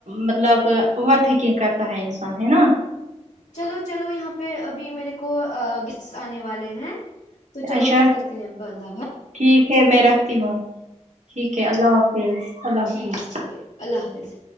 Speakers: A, on the right (about 80°); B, on the left (about 80°).
A: مطلب اوور تھنکنگ کر تا ہے انسان ہےا
B: چلو چلو یہاں پہ ابھی میرے کو گیسٹس آنے والے ہیں تو چلو
A: اچھا
B: ہم کرتے ہیں بنداب
A: ٹھیک ہے میں رکھتی ہوں ٹھیک ہے اللہ حافظ اللہ
B: ٹھیک
A: حافظ
B: ہے ٹھیک ہے اللہ حافظ